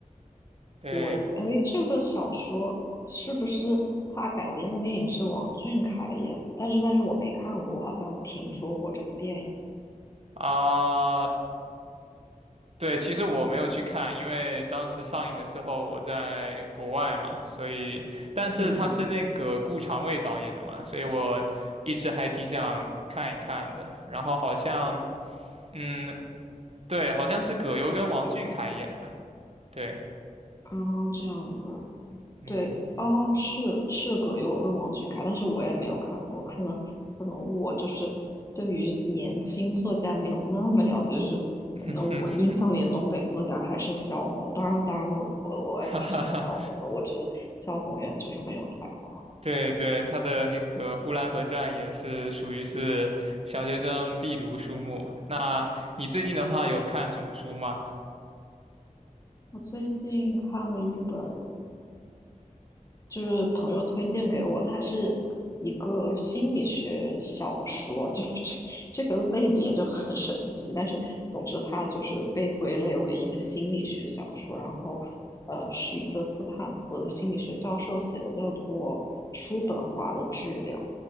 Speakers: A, on the right; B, on the left.
A: 对
B: 我诶，这个小说是不是他改编的电影是王俊凯演的？但是但是我没看过，我好像有听说过这个电影。
A: 啊、对，其实我没有去看，因为当时上映的时候我在国外嘛，所以，但是他是那个顾长卫导演的嘛，
B: 嗯嗯
A: 所以我一直还挺想看一看的。然后好像，嗯，对，好像是葛优跟王俊凯演的，对，
B: 啊，这样子，
A: 嗯，
B: 对哦，是是葛优跟王俊凯，但是我也没有看过，可能可能我就是对于年轻作家没有那么了解，就是可能我印象里的东北作家还是萧红，
A: <laughs>
B: 当然当然我我我也挺喜欢萧红的，
A: 哈哈哈，
B: 我觉得萧红也就是很有才华。
A: 对对，他的那个《呼兰河传》也是属于是小学生必读书目。那你最近的话有看什么书吗？
B: 我最近看了一本，就是朋友推荐给我，它是一个心理学小说，<laughs> 就是这这个类别就很神奇。但是总之，它就是被归类为一个心理学小说。然后，呃，是一个斯坦福的心理学教授写的，叫做《叔本华的治疗》。